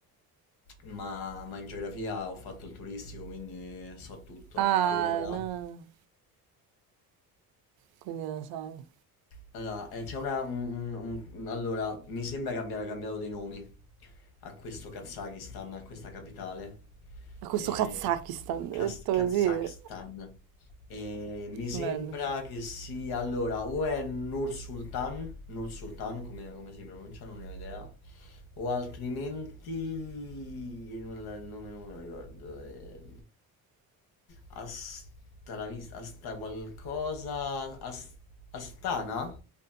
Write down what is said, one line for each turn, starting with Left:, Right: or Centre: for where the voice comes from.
Left: ma, ma in geografia ho fatto il turistico, quindi so tutto.
Right: Ah,
Left: Allora,
Right: no, quindi lo sai.
Left: Allora, eh, c'è una. un- un- un- allora, mi sembra che abbiano cambiato dei nomi a questo Kazakistan, a questa capitale.
Right: A questo
Left: E...
Right: Kazakistan,
Left: Kaz-
Right: detto
Left: Kazakhstan.
Right: così,
Left: E mi sembra
Right: bello.
Left: che sia. Allora, o è Nur Sultan, Nur Sultan, come, come si pronuncia, non ne ho idea o altrimenti non la- il nome non me lo ricordo ehm, Asta la vista Asta qualcosa As- Astana